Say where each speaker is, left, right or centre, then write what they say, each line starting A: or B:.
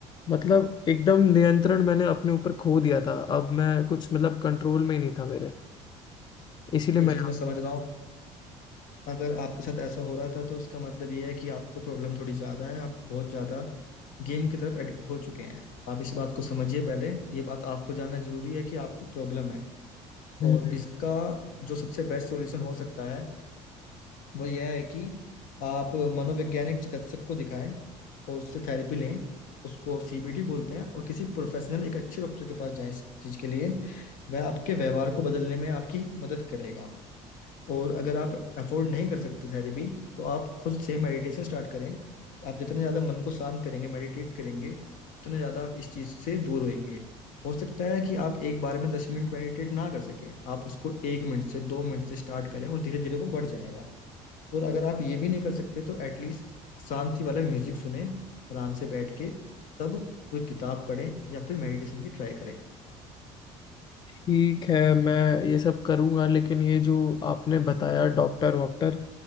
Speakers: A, on the left; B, on the left.
A: मतलब एकदम नियंत्रण मैंने अपने ऊपर खो दिया था अब मैं कुछ मतलब कंट्रोल में ही नहीं था मेरे इसीलिए
B: ये
A: मैं
B: चीज मैं समझ रहा हूँ अगर आपके साथ ऐसा हो रहा था तो इसका मतलब ये है कि आपको प्रॉब्लम थोड़ी ज्यादा है आप बहुत ज्यादा गेम की तरफ एडिक्ट हो चुके हैं आप इस बात को समझिए पहले ये बात आपको जानना जरूरी है कि आपको प्रॉब्लम है
A: हम्म
B: और
A: हम्म।
B: इसका जो सबसे बेस्ट सॉल्यूशन हो सकता है वो यह है कि आप मनोवैज्ञानिक चिकित्सक को दिखाएं और उससे थेरेपी लें उसको सीबीटी बोलते हैं और किसी प्रोफेशनल एक अच्छे डॉक्टर के पास जाएं इस चीज के लिए वह आपके व्यवहार को बदलने में आपकी मदद करेगा और अगर आप अफोर्ड नहीं कर सकते थेरेपी तो आप खुद से मेडिटेशन स्टार्ट करें आप जितने ज्यादा मन को शांत करेंगे मेडिटेट करेंगे उतने ज्यादा आप इस चीज से दूर होंगे हो सकता है कि आप एक बार में दस मिनट मेडिटेट ना कर सकें आप उसको एक मिनट से दो मिनट से स्टार्ट करें और धीरे धीरे वो बढ़ जाएगा और अगर आप ये भी नहीं कर सकते तो एटलीस्ट शांति वाला म्यूजिक सुने आराम से बैठ के तब कोई किताब पढ़ें या फिर मेडिटेशन की ट्राई करें
A: ठीक है मैं ये सब करूंगा लेकिन ये जो आपने बताया डॉक्टर वॉक्टर